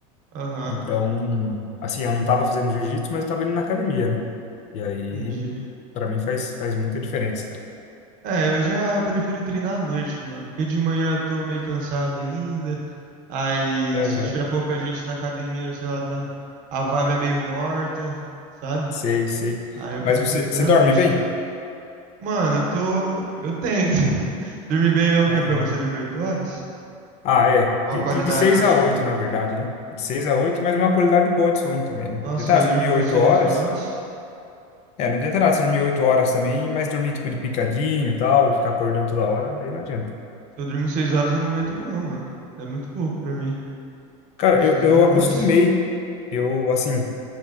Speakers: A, on the right; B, on the left.
A: Aham,
B: Então, assim, eu não tava fazendo jiu-jitsu, mas eu tava indo na academia, né? E aí,
A: entendi.
B: pra mim faz, faz muita diferença, cara.
A: É, eu já prefiro treinar à noite, mano, porque de manhã eu tô meio cansado ainda. Aí,
B: Aham,
A: se tiver pouca gente na academia, sei lá, dá, a vibe é meio morta, sabe?
B: Sei, sei.
A: Aí eu prefiro
B: Mas você,
A: treinar
B: você dorme
A: à noite.
B: bem?
A: Mano, eu tô, eu tento. <laughs> Dormir bem é o
B: Aham.
A: quê pra você dormir 8 horas?
B: Ah, é.
A: Qual
B: De,
A: a qualidade
B: de, de 6
A: do
B: a
A: sono?
B: 8, na verdade, né? De 6 a 8, mas uma qualidade boa de sono também, né?
A: Nossa,
B: Tentar
A: se eu
B: se
A: durmo
B: dormir 8
A: 6
B: horas.
A: horas. Se
B: É, não adianta nada se dormir 8 horas também, mas dormir tipo de picadinho e tal, e ficar acordando toda hora, aí não adianta.
A: eu durmo 6 horas, eu não aguento não, mano. É muito pouco pra mim.
B: Cara,
A: Eu preciso
B: eu, eu
A: de mais.
B: acostumei. Eu, assim,